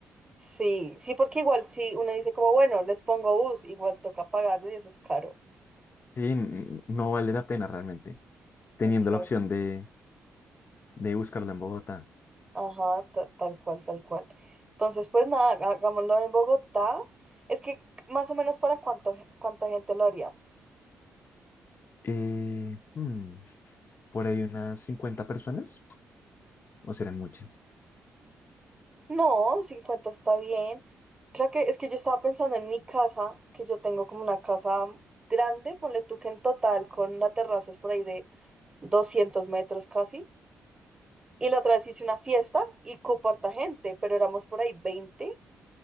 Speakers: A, on the right; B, on the left.
A: Sí, sí, porque igual si uno dice como, bueno, les pongo bus, igual toca pagarlo y eso es caro.
B: Sí, n- no vale la pena realmente, teniendo
A: Exacto.
B: la opción de, de buscarlo en Bogotá.
A: Ajá, ta- tal cual, tal cual. Entonces, pues nada, ha- hagámoslo en Bogotá. Es que más o menos para cuánto, cuánta gente lo haríamos.
B: Eh, hmm, por ahí unas 50 personas, o serán muchas.
A: No, cincuenta está bien. Claro que es que yo estaba pensando en mi casa, que yo tengo como una casa grande, ponle tú que en total con la terraza es por ahí de 200 metros casi. Y la otra vez hice una fiesta y cupo harta gente, pero éramos por ahí veinte